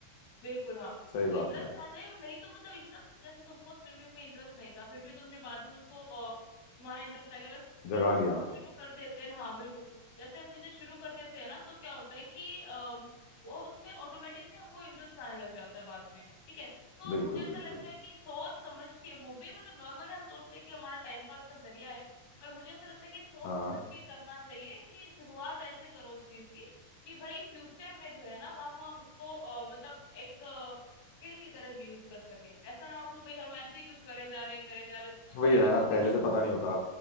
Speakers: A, on the left; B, on the left.
A: बिल्कुल हाँ
B: सही
A: तो इंटरेस्ट
B: बात है
A: आ जाए और नहीं तो मतलब इंटरेस्ट जैसे तुमको स्विमिंग में इंटरेस्ट नहीं था फिर भी तुमने बाद में उसको अ, तुम्हारा इंटरेस्ट आ गया बस
B: जगा
A: चीजें जब
B: लिया
A: हम शुरू कर देते हैं ना हाँ बिल्कुल जैसे हम चीजें शुरू कर देते हैं ना तो क्या होता है कि अम, वो उसमें ऑटोमेटिक ना हमको इंटरेस्ट आने लग जाता है बाद में ठीक है तो
B: बिल्कुल
A: मुझे ऐसा
B: बिल्कुल
A: लगता है कि सोच समझ के वो भी मतलब नॉर्मली हम सोचते हैं कि हमारा टाइम पास का जरिया है पर मुझे ऐसा लगता है कि सोच
B: हाँ
A: समझ के करना चाहिए कि शुरुआत ऐसे करो उस चीज की कि भाई फ्यूचर में जो है ना हम उसको अ, मतलब एक स्किल की तरह भी यूज कर सकें ऐसा ना हो कि भाई हम ऐसे ही कुछ करे जा रहे हैं करे जा रहे हैं जिसका
B: वही
A: कोई
B: है ना
A: यूज
B: यार
A: ही
B: पहले
A: ना हो
B: से पता नहीं होता